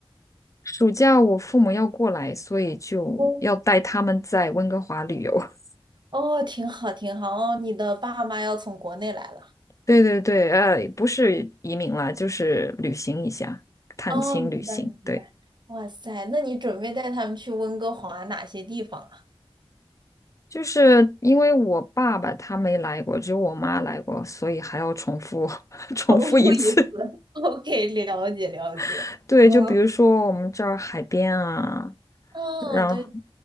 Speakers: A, on the left (about 30°); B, on the right (about 45°).
A: 暑假我父母要过来，所以就要带他们在温哥华旅游。
B: 哦，
A: <laughs>
B: 哦，挺好，挺好。哦，你的爸妈要从国内来了。
A: 对对对，呃，不是移民了，就是旅行一下，探亲旅行。
B: 哦，明白，明白。
A: 对。
B: 哇塞，那你准备带他们去温哥华哪些地方啊？
A: 就是因为我爸爸他没来过，只有我妈来过，所以还要重复 <laughs> 重复一次。
B: 重复一次。<laughs> OK，了解，了解。
A: <laughs> 对，
B: 嗯，
A: 就比如说我们这儿海边啊，
B: 哦，
A: 然后
B: 对，